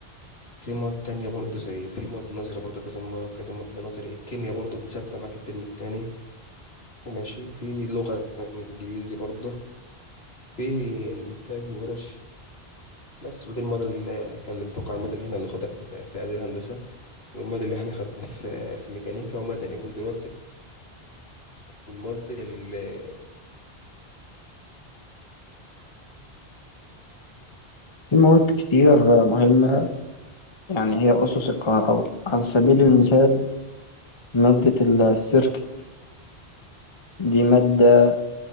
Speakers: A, on the left; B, on the left.
A: في مواد تانية برضو زي في مواد نظري برضو كذا مواد كذا مادة نظري الكيمياء برضو بتثبت معاك الترم التاني ماشي وفي لغة إنجليزي برضو في إنتاج وورش بس ودي المواد اللي كلمتك على المواد اللي احنا بناخدها في في إعدادي هندسة والمواد اللي احنا خدناها في في ميكانيكا ومدني ودلوقتي الموديل
B: في مواد كتير مهمة يعني هي أسس الكهرباء على سبيل المثال مادة السيركت دي مادة